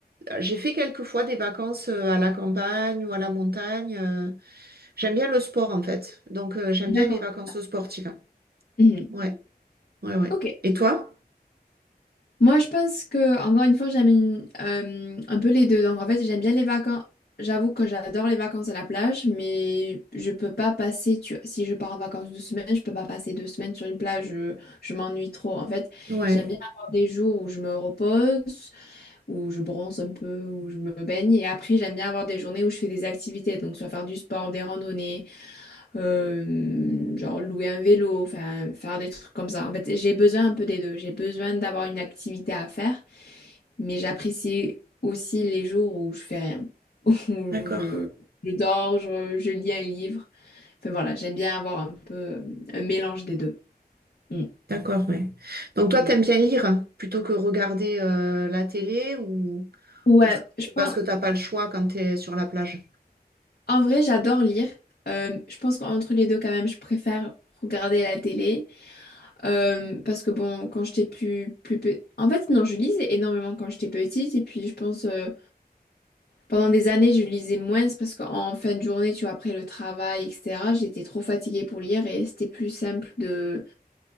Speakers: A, on the right; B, on the left.
A: j'ai fait quelques fois des vacances euh, à la campagne ou à la montagne. euh, J'aime bien le sport en fait. Donc euh, j'aime
B: D'accord.
A: bien les vacances sportives.
B: Mhm.
A: Ouais, ouais, ouais.
B: Ok.
A: Et toi?
B: Moi, je pense que, encore une fois, j'aime une- euh, un peu les deux. Donc, en fait, j'aime bien les vacances. J'avoue que j'adore les vacances à la plage, mais je peux pas passer, tu... si je pars en vacances deux semaines, je peux pas passer deux semaines sur une plage. Je, je m'ennuie trop. En fait,
A: Ouais,
B: j'aime bien avoir des jours où je me repose, où je bronze un peu, où je me baigne. Et après, j'aime bien avoir des journées où je fais des activités. Donc, soit faire du sport, des randonnées. Euh, genre louer un vélo, enfin faire des trucs comme ça. En fait, j'ai besoin un peu des deux. J'ai besoin d'avoir une activité à faire, mais j'apprécie aussi les jours où je fais rien, <laughs> où
A: d'accord,
B: je, je dors, je, je lis un livre. Enfin voilà, j'aime bien avoir un peu euh, un mélange des deux. Mm.
A: d'accord, ouais. Donc toi,
B: Mm.
A: t'aimes bien lire hein, plutôt que regarder euh, la télé ou,
B: Ouais,
A: ou c'est
B: je pense,
A: parce que t'as pas le choix quand t'es sur la plage?
B: en vrai, j'adore lire. Euh, je pense qu'entre les deux, quand même, je préfère regarder la télé. Euh, parce que bon, quand j'étais plus, plus pe- En fait, non, je lisais énormément quand j'étais petite. Et puis, je pense, euh, pendant des années, je lisais moins c'est parce qu'en fin de journée, tu vois, après le travail, etc., j'étais trop fatiguée pour lire et c'était plus simple de,